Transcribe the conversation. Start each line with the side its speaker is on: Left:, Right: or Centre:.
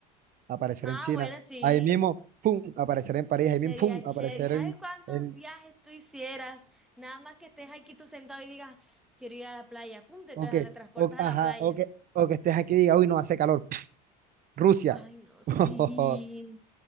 Right: aparecer
Centre: Ah,
Right: en China,
Centre: bueno, sí.
Right: ahí mismo, ¡fum!, aparecer en París, ahí
Centre: Sería
Right: mismo, ¡fum!, aparecer
Centre: chévere. ¿Sabes
Right: en,
Centre: cuántos
Right: en-
Centre: viajes tú hicieras? Nada más que estés aquí tú sentado y digas, quiero ir a la playa. Pum, te
Right: o
Centre: tra-
Right: que,
Centre: la transportas
Right: o, ajá,
Centre: a la playa.
Right: o que, o que estés aquí y diga, uy, no hace calor, <laughs> Rusia.
Centre: Ay, no, sí.
Right: <laughs>